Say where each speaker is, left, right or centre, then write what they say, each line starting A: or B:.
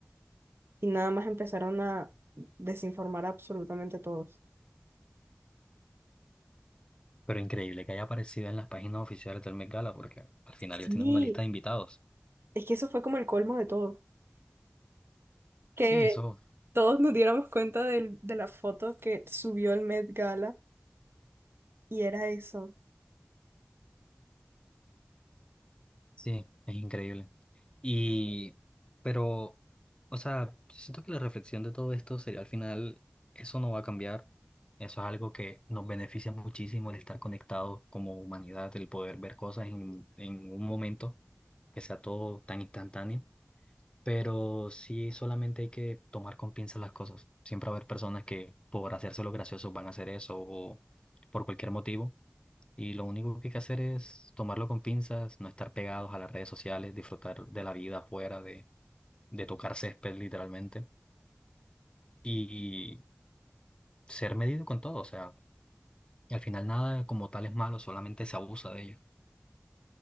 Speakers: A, on the right; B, on the left.
A: Y nada más empezaron a desinformar a absolutamente todos.
B: Pero increíble que haya aparecido en las páginas oficiales del Met Gala, porque al final
A: Sí,
B: ellos tienen una lista de invitados.
A: es que eso fue como el colmo de todo. Que
B: Sí, eso,
A: todos nos diéramos cuenta del- de, la foto que subió el Met Gala y era eso.
B: sí, es increíble. Y, pero, o sea, siento que la reflexión de todo esto sería al final, eso no va a cambiar. Eso es algo que nos beneficia muchísimo el estar conectados como humanidad, el poder ver cosas en, en un momento que sea todo tan instantáneo. Pero sí, solamente hay que tomar con pinzas las cosas. Siempre va a haber personas que por hacérselo gracioso van a hacer eso o por cualquier motivo. Y lo único que hay que hacer es tomarlo con pinzas, no estar pegados a las redes sociales, disfrutar de la vida afuera, de, de tocar césped literalmente y ser medido con todo. O sea, al final nada como tal es malo, solamente se abusa de ello.